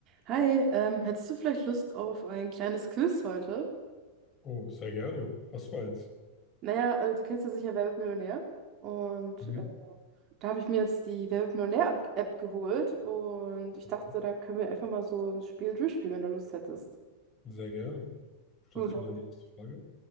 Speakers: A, on the right (about 35°); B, on the left (about 25°).
A: Hi, ähm, hättest du vielleicht Lust auf ein kleines Quiz heute?
B: Oh, sehr gerne. Was für eins?
A: Naja, äh, du kennst ja sicher Wer wird Millionär? Und
B: Mhm.
A: äh, da habe ich mir jetzt die Wer wird Millionär-App geholt und ich
B: Mhm.
A: dachte, so, dann können wir einfach mal so ein Spiel durchspielen, wenn du Lust hättest.
B: Sehr gerne. Stellst
A: Gut.
B: du mir dann die erste Frage?